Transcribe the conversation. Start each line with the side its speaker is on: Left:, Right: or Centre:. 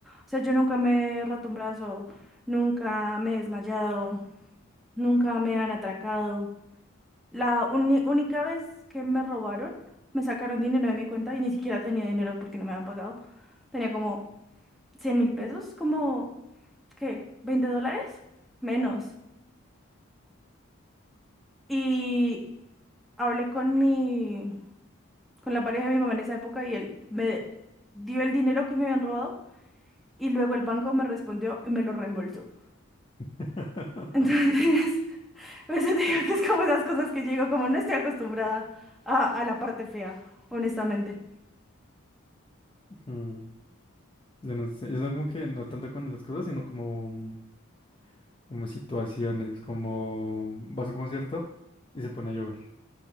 Centre: o sea, yo nunca me he roto un brazo, nunca me he desmayado, nunca me han atracado. La uni- única vez que me robaron, me sacaron dinero de mi cuenta y ni siquiera tenía dinero porque no me habían pagado. Tenía como cien mil pesos, como, ¿qué? veinte dólares? Menos. Y hablé con mi, con la pareja de mi mamá en esa época y él me dio el dinero que me habían robado Y luego el banco me respondió y me lo reembolsó.
Left: <laughs>
Centre: Entonces, <laughs> por eso te digo que es como esas cosas que llego, como no estoy acostumbrada a, a la parte fea, honestamente.
Left: Mm, Yo no sé, yo no como que no tanto con esas cosas, sino como... mm, como situaciones, como vas a un concierto y se pone a llover,